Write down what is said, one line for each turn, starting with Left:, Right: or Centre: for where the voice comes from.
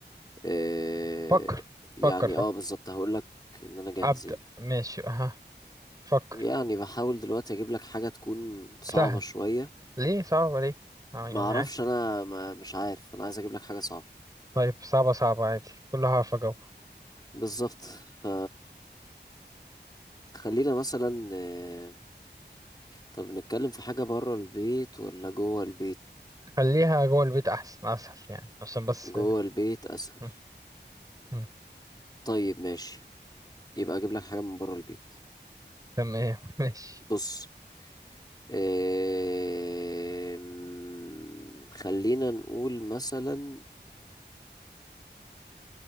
Left: آه
Right: فكر
Left: يعني
Right: فكر فكر
Left: اه بالظبط هقول لك ان انا جاهز
Right: أبدأ
Left: يعني
Right: ماشي أها فكر
Left: يعني بحاول دلوقتي اجيب لك حاجة تكون صعبة
Right: سهل
Left: شوية
Right: ليه صعب ليه آه، يعني
Left: ما اعرفش
Right: عادي
Left: انا ما مش عارف انا عايز اجيب لك حاجة صعبة
Right: طيب صعبة صعبة عادي كلها هعرف أجاوب
Left: بالظبط ف خلينا مثلا آه، طب نتكلم في حاجة برا البيت ولا جوه البيت
Right: خليها جوه البيت احسن اسهل يعني عشان بس
Left: جوه
Right: <laughs>
Left: البيت أسهل
Right: م- م.
Left: طيب ماشي يبقى أجيب لك حاجة من برا البيت
Right: تمام <laughs> ماشي
Left: بص آم، خلينا نقول مثلا